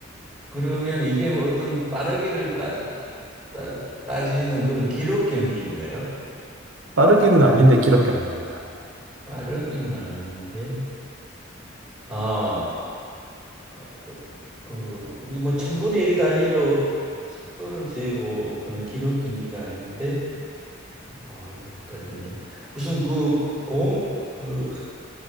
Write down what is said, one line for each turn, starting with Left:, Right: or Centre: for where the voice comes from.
Centre: 그러면 이게 뭐 어떤 빠르기를 따, 따, 따지는 그런 기록 경기인가요?
Right: 빠르기는 아닌데 기록 경기입니다.
Centre: 빠르기는 아닌데 아, 어, 어, 그, 우리 뭐 천분의 일 단위로 속도를 재고 그런 기록 경기가 아닌데 아 이거 헷갈리네 무슨 그 공 그